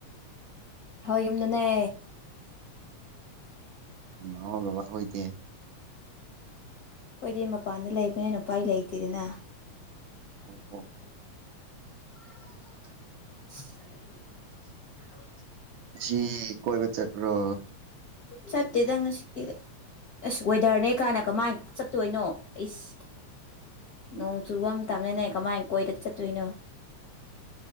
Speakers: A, on the left; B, on the right.
A: ꯍꯣꯏ ꯌꯨꯝꯗꯅꯦ
B: ꯃꯥ ꯕꯕꯥ ꯍꯣꯏꯇꯤ
A: ꯑꯩꯈꯣꯏꯗꯤ ꯃꯄꯥꯟꯗ ꯂꯩꯕꯅꯦꯅ ꯎꯄꯥꯏ ꯂꯩꯇꯦꯗꯅ
B: ꯑꯣ ꯑꯣ
A: <unintelligible>
B: ꯁꯤ ꯀꯣꯏꯕ ꯆꯠ꯭ꯄꯔꯣ
A: ꯆꯠꯇꯦꯗ ꯉꯥꯁꯤꯗꯤ ꯑꯁ ꯋꯦꯗꯔꯅꯦ ꯀꯥꯏꯅ ꯀꯃꯥꯏꯅ ꯆꯠꯇꯣꯏꯅꯣ ꯑꯩꯁ ꯅꯣꯡ ꯆꯨꯕ ꯃꯇꯝꯅꯦꯅꯦ ꯀꯃꯥꯏ ꯀꯣꯏꯗ ꯆꯠꯇꯣꯏꯅꯣ